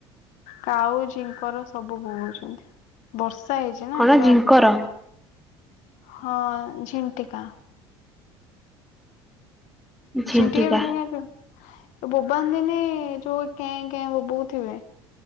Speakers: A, on the left; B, in the centre.
A: କାଉ ଜିଙ୍କର ସବୁ ବୋଉଛନ୍ତି ବର୍ଷା ହେଇଛି ନା
B: କଣ
A: ପୁରା
B: ଝିଙ୍କର
A: ହଁ ଝିଣ୍ଟିକା
B: ଝିଣ୍ଟିକା।
A: ଝଣ୍ଟିଆ ପିନ୍ତିଆ ପିଉ ବୋବା ଦିନି ଯୋଉ କେଁ କେଁ ବୋବୋଉ ଥିବେ